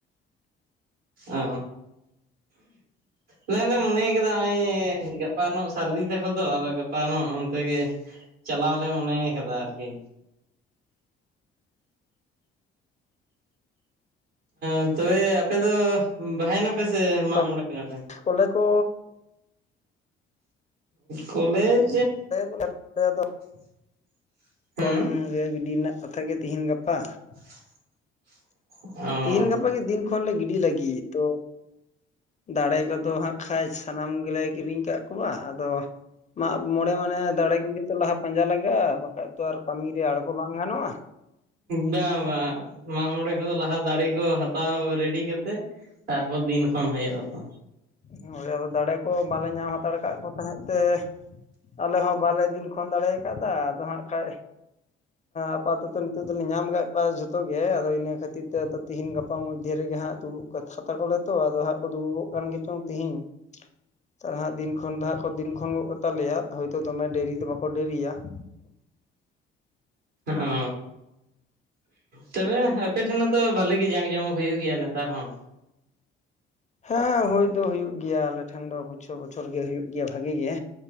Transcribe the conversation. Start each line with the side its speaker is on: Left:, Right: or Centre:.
Right: ᱚ ᱟᱞᱮᱞ ᱞᱮ ᱢᱚᱱᱮᱭ ᱠᱮᱫᱟ ᱱᱚᱜᱼᱚᱭ ᱜᱟᱯᱟᱟᱱᱚᱜ ᱥᱟᱹᱨᱫᱤ ᱛᱟᱠᱚ ᱫᱚ ᱟᱫᱚ ᱜᱟᱯᱟᱱᱚᱜ ᱚᱱᱛᱮ ᱜᱮ ᱪᱟᱞᱟᱣᱞᱮ ᱢᱚᱱᱮ ᱠᱟᱫᱟ ᱟᱨᱠᱤ
Left: <inaudible>
Right: ᱸ ᱛᱚᱵᱮ ᱟᱯᱮ ᱫᱚ ᱵᱟᱦᱟᱭᱮᱱᱟᱯᱮ ᱥᱮ ᱢᱟᱜ
Left: ᱛᱟᱯᱚᱨ
Right: ᱢᱚᱬᱮᱱᱟᱯᱮ
Left: ᱠᱚᱞᱮ ᱠᱚ
Right: ᱠᱚᱞᱮᱡᱽ
Left: <unintelligible>
Right: <inaudible>
Left: ᱠᱷᱚᱱᱚᱱ
Right: ᱦᱮᱸ
Left: ᱜᱮ ᱜᱤᱰᱤ ᱨᱮᱱᱟᱜ ᱠᱟᱛᱷ ᱜᱮ ᱛᱤᱦᱤᱧ ᱜᱟᱯᱟ
Right: <unintelligible> ᱚ
Left: ᱛᱦᱤᱧ ᱜᱟᱯᱟ ᱜᱮ ᱫᱤᱱ ᱠᱷᱚᱱᱞᱮ ᱜᱤᱰᱤ ᱞᱟᱹᱜᱤᱫ ᱛᱚ ᱫᱟᱲᱮ ᱠᱚᱫᱚ ᱦᱟᱸᱜ ᱠᱷᱟᱱᱡ ᱥᱟᱱᱟᱢ ᱜᱮᱞᱮ ᱠᱤᱨᱤᱧ ᱠᱟᱜ ᱠᱚᱣᱟ ᱟᱫᱚ ᱢᱟᱜ ᱢᱚᱬᱮ ᱢᱟᱱᱮ ᱫᱟᱲᱮ ᱠᱚᱜᱮ ᱛᱚ ᱞᱟᱦᱟ ᱯᱟᱸᱡᱟ ᱞᱟᱜᱟᱜᱼᱟ ᱵᱟᱠᱷᱟᱡ ᱛᱚ ᱟᱨ ᱠᱟᱹᱢᱤᱤᱨᱮ ᱟᱬᱜᱚ ᱵᱟᱝ ᱜᱟᱱᱚᱜᱼᱟ
Right: ᱵᱟᱝ ᱵᱟᱝ ᱢᱟᱜᱢᱚᱬᱮ ᱠᱚᱫᱚ ᱞᱟᱦᱟ ᱫᱟᱲᱮ ᱠᱚ ᱦᱟᱛᱟᱣ ᱨᱮᱰᱤ ᱠᱟᱛᱮᱜ ᱛᱟᱨᱯᱚᱨ ᱫᱤᱱ ᱠᱷᱚᱱ ᱦᱩᱭᱩᱜᱼᱟ ᱛᱚ
Left: ᱦᱳᱭ ᱟᱫᱚ ᱫᱟᱲᱮ ᱠᱚ ᱵᱟᱞᱮ ᱧᱟᱢ ᱦᱟᱛᱟᱲ ᱠᱟᱜ ᱠᱚ ᱛᱟᱦᱮᱸᱫ ᱛᱮ ᱟᱞᱮ ᱦᱚᱸ ᱵᱟᱞᱮ ᱫᱤᱱ ᱠᱷᱚᱱᱳᱱ ᱫᱟᱲᱮ ᱠᱟᱫᱟ ᱟᱫᱚ ᱦᱟᱸᱜ ᱠᱷᱟᱸᱡ ᱟᱯᱟᱛᱚᱛᱚ ᱱᱤᱛᱚᱜᱜ ᱫᱚᱞᱮ ᱧᱟᱢ ᱠᱫ ᱠᱚᱣᱟ ᱡᱷᱚᱛᱚ ᱜᱮ ᱟᱫᱚ ᱤᱱᱟᱹ ᱠᱷᱟᱹᱛᱤᱨ ᱛᱮ ᱟᱫᱚ ᱛᱤᱦᱤᱧ ᱜᱟᱯᱟ ᱢᱚᱫᱽᱫᱷᱮ ᱨᱮ ᱜᱮ ᱦᱟᱸᱜ ᱫᱩᱲᱩᱵ ᱠᱟᱛᱛᱟ ᱠᱚᱚᱞᱮ ᱛᱚ ᱟᱫᱚ ᱦᱟᱸᱜ ᱠᱚ ᱫᱩᱲᱩᱵᱚᱜ ᱠᱟᱱ ᱜᱮ ᱪᱚᱝ ᱛᱤᱦᱤᱧ ᱛᱚ ᱦᱟᱸᱜ ᱫᱤᱱ ᱠᱷᱚᱱ ᱫᱚ ᱦᱟᱸᱜ ᱠᱚ ᱫᱤᱱ ᱠᱷᱚᱱ ᱜᱚᱫ ᱠᱟᱛᱟᱞᱮᱭᱟ ᱦᱳᱭᱛᱳ ᱫᱚᱢᱮ ᱰᱮᱨᱤ ᱫᱚ ᱵᱟᱠᱚ ᱰᱮᱮᱨᱤᱭᱟ <inaudible>
Right: ᱚ ᱛᱚᱵᱮ ᱟᱯᱮ ᱴᱷᱮᱱ ᱢᱟ ᱛᱚ ᱵᱟᱹᱞᱤ ᱜᱮ ᱡᱟᱸᱠ ᱡᱚᱢᱚᱠ ᱦᱩᱭᱩᱜ ᱜᱮᱭᱟ ᱱᱮᱛᱟᱨ ᱦᱚᱸ
Left: ᱦᱮᱸ ᱦᱩᱭᱳᱭ ᱫᱚ ᱦᱩᱭᱩᱜ ᱜᱮᱭᱟ ᱟᱞᱮ ᱴᱷᱮᱱ ᱫᱚ ᱵᱚᱪᱷᱚᱨ ᱵᱚᱪᱷᱚᱨ ᱜᱮ ᱦᱩᱭᱩᱜ ᱜᱮᱭᱟ ᱵᱷᱟᱜᱤ ᱜᱮ